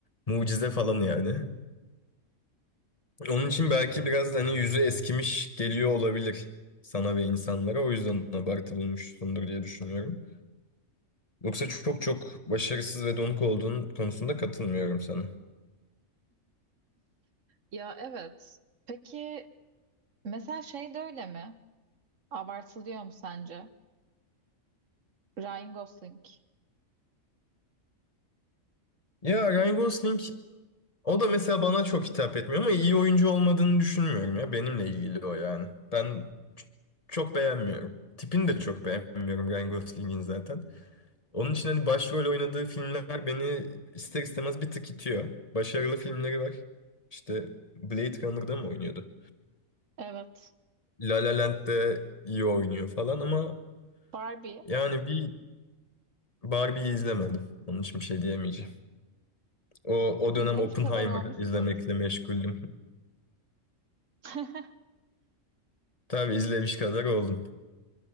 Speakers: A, on the left; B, on the right.
A: mucize falan yani. Onun için belki biraz hani yüzü eskimiş geliyor olabilir sana ve insanlara. O yüzden abartı bulmuşsundur diye düşünüyorum. Yoksa çok çok başarısız ve donuk olduğun konusunda katılmıyorum sana.
B: Ya evet. Peki mesela şey de öyle mi? Abartılıyor mu sence? Ryan Gosling.
A: Ya Ryan Gosling O da mesela bana çok hitap etmiyor ama iyi oyuncu olmadığını düşünmüyorum ya. Benimle ilgili o yani. Ben ç- çok beğenmiyorum. Tipini de çok beğenmiyorum Ryan Gosling'in zaten. Onun için hani başrol oynadığı filmler beni ister istemez bir tık itiyor. Başarılı filmleri var. İşte Blade Runner'da mı oynuyordu?
B: Evet.
A: La La Land'de iyi oynuyor falan ama
B: Barbie.
A: yani bir Barbie'yi izlemedim. Onun için bir şey diyemeyeceğim. O, o
B: İzlemiş
A: dönem Oppenheimer
B: kadar olmuşsundur.
A: izlemekle meşguldüm.
B: <laughs>
A: <laughs> Tabii izlemiş kadar oldum.